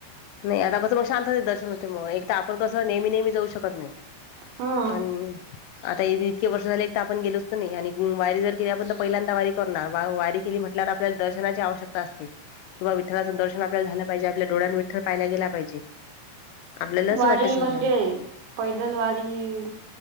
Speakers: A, on the left (about 85°); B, on the right (about 80°).
A: नाही, आता कसं मग शांततेत दर्शन होतय. मग एक त आपण कसं नेहमी नेहमी जाऊ शकत नाय.
B: हा
A: अनं आता इ इतके वर्ष झाले एक त आपण गेलोचं त नाय. आणि वारी जर केली आपण तर पहिल्यांदा वारी करणार, वा वारी केली म्हटल्यावर आपल्याला दर्शनाची आवश्यकता असते. किंवा विठ्ठलाच दर्शन आप झाल पाहिजे. आपल्या डोळ्यांनी विठ्ठल पाहिला गेला पाहिजे. आपल्याला असं
B: वारी
A: वाटते समजा
B: म्हणजे पैदल वारी,